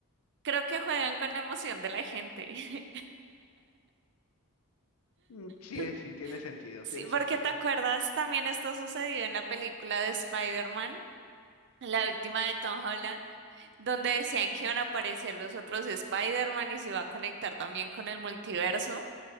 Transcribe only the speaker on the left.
Mm, Sí,
es- sí, tiene sentido,
tiene
sentido.